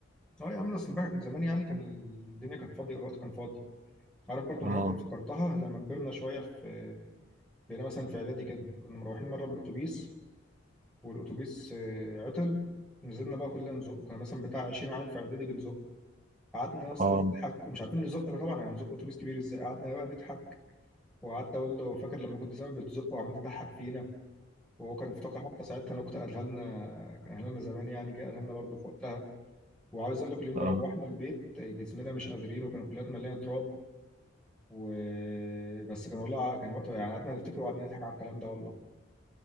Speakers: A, in the centre; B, on the right (about 35°).
A: اه يا عم اصل امبارح- زمان يعني كان الدنيا كانت فاضيه والوقت كان فاضي عارف برضو
B: اه
A: من الحاجات اللي افتكرتها لما كبرنا شويه في بقينا مثلا في اعدادي كده كنا مروحين مره بالاتوبيس والاتوبيس آه، عطل نزلنا بقى كلنا نزق كنا مثلا بتاع 20 عيل في اعدادي بنزق قعدنا يا اسطى
B: اه
A: نضحك ومش عارفين نزق بقى طبعا يعني نزق اتوبيس كبير ازاي قعدنا بقى نضحك وقعدت اقول له فاكر لما كنت زمان بتزق وعمال تضحك فينا وهو كان افتكر حتى ساعتها نكته قالها لنا كان قالها لنا زمان يعني جه قالها لنا برضه في وقتها وعاوز اقول لك اليوم
B: اه
A: ده روحنا البيت جسمنا مش قادرين وكان كلياتنا مليانه تراب و... بس كان والله كان وقتها يعني قعدنا نفتكر وقعدنا نضحك على الكلام ده والله